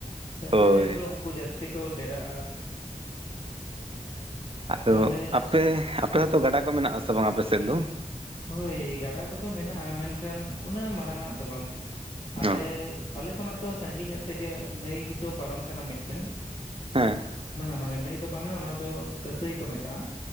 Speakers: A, on the left (about 55°); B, on the right (about 40°).
A: ᱥᱮ
B: ᱦᱳᱭ
A: ᱚᱠᱟ ᱴᱷᱮᱱ ᱫᱚ ᱩᱱᱠᱩ ᱡᱟᱹᱥ ᱛᱤ ᱠᱚ ᱰᱮᱨᱟᱜ-ᱟ᱾
B: ᱟᱫᱚ
A: ᱛᱟᱦᱚᱞᱮ
B: ᱟᱯᱮ, ᱟᱯᱮ ᱦᱚᱛᱚ ᱜᱟᱰᱟ ᱠᱚ ᱢᱮᱱᱟᱜ ᱟᱥᱮ ᱵᱟᱝ ᱟᱯᱮ ᱥᱮᱫ ᱫᱚ?
A: ᱦᱳᱭ ᱜᱟᱰᱟ ᱠᱚᱫᱚ ᱢᱮᱱᱟᱜ-ᱟ ᱢᱮᱱᱠᱷᱟᱱ ᱩᱱᱟᱹᱜ ᱢᱟᱨᱟᱝ ᱟᱜ ᱫᱚ ᱵᱟᱝ ᱟᱞᱮ
B: ᱚ
A: ᱟᱞᱮ ᱠᱷᱚᱱᱟᱜ ᱫᱚ ᱥᱟᱺᱜᱤᱧ ᱧᱚᱜ ᱛᱮᱜᱮ ᱱᱟᱹᱭ ᱫᱚ ᱯᱟᱨᱚᱢ ᱟᱠᱟᱱᱟ ᱢᱤᱫᱴᱮᱱ᱾
B: ᱦᱮᱸ
A: ᱵᱟᱝᱟ ᱵᱟᱝᱟ ᱱᱟᱹᱭ ᱫᱚ ᱵᱟᱝᱟ ᱚᱱᱟ ᱫᱚ ᱠᱟᱹᱥᱟᱹᱭ ᱠᱚ ᱢᱮᱛᱟᱜ-ᱟ